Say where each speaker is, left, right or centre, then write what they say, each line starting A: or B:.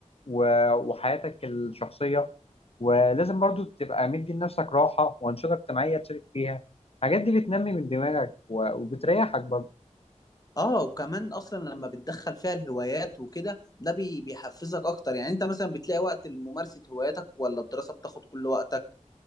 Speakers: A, on the left; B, on the left.
A: و- وحياتك الشخصيه ولازم برضو تبقى مدي لنفسك راحه وانشطه اجتماعيه تشارك فيها الحاجات دي بتنمي من دماغك و- وبتريحك برضو
B: اه وكمان اصلا لما بتدخل فيها الهوايات وكده ده بي- بيحفزك اكتر يعني انت مثلا بتلاقي وقت لممارسه هواياتك ولا الدراسه بتاخد كل وقتك